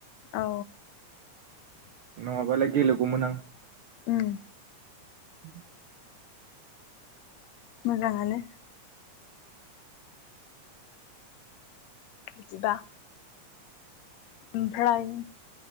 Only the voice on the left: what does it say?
औ
ओम
मोजाङानो। बिदिबा। ओमफ्राय